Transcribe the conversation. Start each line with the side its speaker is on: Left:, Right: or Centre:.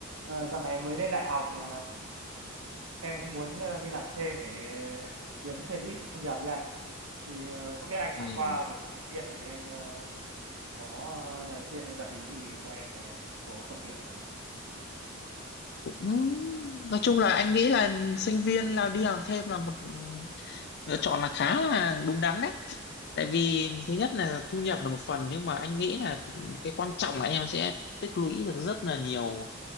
Right: Ờ, dạo này mới lên đại học mà em cũng muốn ờ, đi làm thêm để kiếm thêm ít thu nhập với anh thì ờ, không biết anh
Left: Ừ,
Right: trải qua cuộc thi sinh viên rồi thì anh ờ, có ờ, lời khuyên hay gợi ý gì cho em về một số công việc không anh?
Left: cũng nói chung là anh nghĩ là sinh viên là đi làm thêm là một ừ, lựa chọn là khá là đúng đắn đấy tại vì thứ nhất là thu nhập là một phần nhưng mà anh nghĩ là th- cái quan trọng là em sẽ tích lũy được rất là nhiều